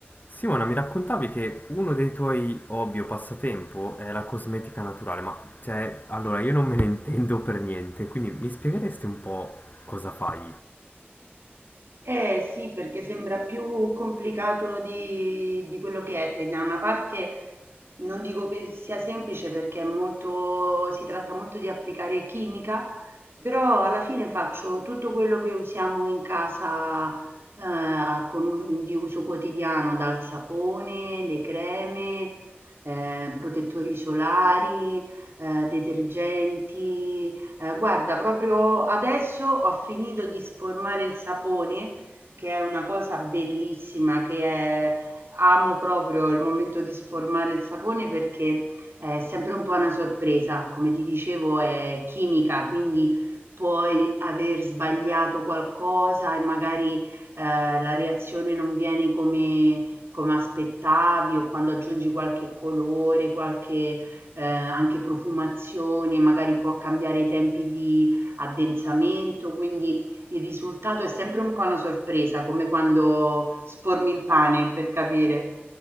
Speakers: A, on the left; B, on the right.
A: Simona, mi raccontavi che uno dei tuoi hobby o passatempo è la cosmetica naturale, ma cioè, allora io non me ne intendo per niente, quindi mi spiegheresti un po' cosa fai?
B: Eh sì, perché sembra più complicato di, di quello che è e da una parte non dico che sia semplice perché è molto, si tratta molto di applicare chimica, però alla fine faccio tutto quello che usiamo in casa eh, con un- di uso quotidiano, dal sapone, le creme, eh, protettori solari, eh, detergenti. Eh, guarda, proprio adesso ho finito di sformare il sapone che è una cosa bellissima, che è amo proprio il momento di sformare il sapone perché è sempre un po' una sorpresa, come ti dicevo è chimica, quindi puoi aver sbagliato qualcosa e magari eh, la reazione non viene come, come aspettavi o quando aggiungi qualche colore, qualche eh, anche profumazione, magari può cambiare i tempi di addensamento, quindi il risultato è sempre un po' una sorpresa, come quando sformi il pane per capire.